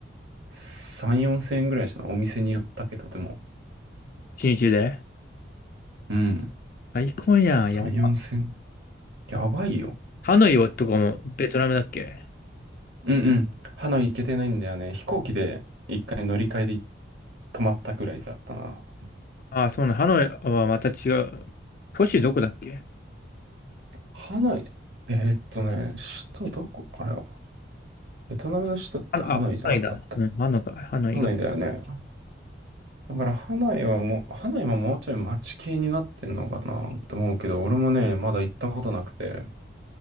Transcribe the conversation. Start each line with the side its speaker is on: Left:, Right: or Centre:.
Right: 3、4千円ぐらいじゃないお店によったけど、でも。
Left: 一日で。
Right: うん。
Left: 最高やん。
Right: 3、
Left: やば。
Right: 4千円。やばいよ。
Left: ハノイはとかもベトナムだっけ
Right: うんうん。ハノイ行けてないんだよね。飛行機で一回乗り換えで泊まったくらいだったな。
Left: ああ、そうなの。ハノイはまた違う。都市どこだっけ
Right: ハノイ、えーっとね、首都どこあれは、ベトナムの首都ってハノイじゃなかった。
Left: あ、あ、ハノイだ。うん、ハノイか。ハノイが。
Right: ハノイだよね。だからハノイはもう、ハノイももうちょい街系になってんのかなって思うけど、俺もね、まだ行ったことなくて。